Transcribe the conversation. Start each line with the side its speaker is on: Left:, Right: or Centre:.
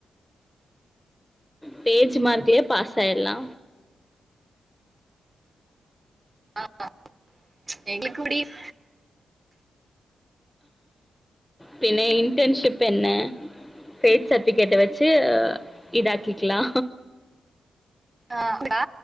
Centre: Page மார்க்லயே pass ஆயிரலா.
Right: ஆ ஆ <inaudible>
Centre: பின்ன இன்டன்ஷிப் என்ன ஃபேக் சர்ட்டிஃபிகேட்ட வச்சு இதாக்கிக்கலா.
Right: ஆ அக்கா